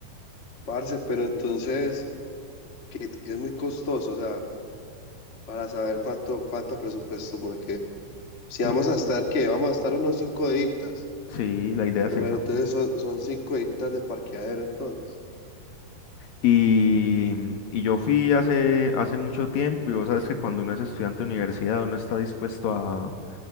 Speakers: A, on the left; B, on the left.
A: Parce, pero entonces, que, que es muy costoso, o sea, para saber cuánto, cuánto presupuesto, porque si
B: pues
A: vamos a estar, ¿qué? Vamos a estar unos cinco días.
B: Sí, la idea
A: pero
B: es esa.
A: Bueno, entonces son, son cinco editas de parqueadero, entonces.
B: Y, mm, y yo fui hace, hace mucho tiempo y vos sabes que cuando uno es estudiante de universidad uno está dispuesto a,